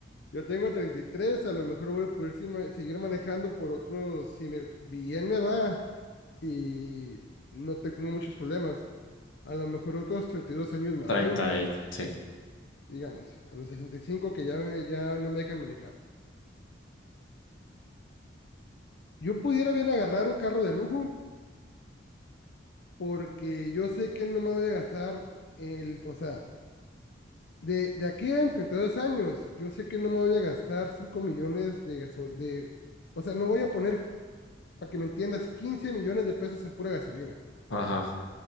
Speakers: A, on the left; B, on the left.
A: Yo tengo 33, a lo mejor voy a poder si- ma- seguir manejando por otros, si me, bien me va y no tengo muchos problemas, a lo mejor otros 32 años más,
B: 30
A: ¿no?
B: y sí,
A: Digamos, a los 65 que ya, me- ya no me dejan manejar. Yo pudiera bien agarrar un carro de lujo porque yo sé que no me voy a gastar el, o sea, de, de aquí a en 32 años, yo sé que no me voy a gastar 5 millones de gasol, de, o sea, no voy a poner, para que me entiendas, 15 millones de pesos en pura gasolina.
B: ajá,